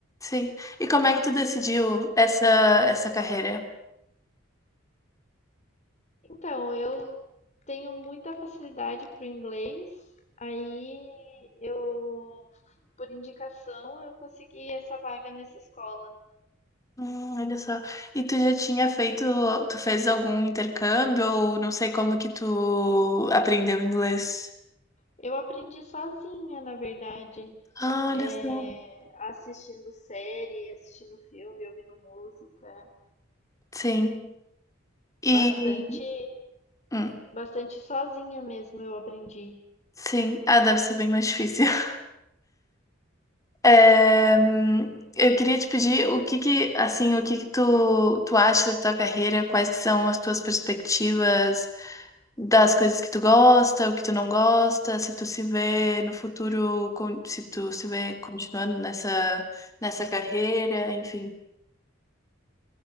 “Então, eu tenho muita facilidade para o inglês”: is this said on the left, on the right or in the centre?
Left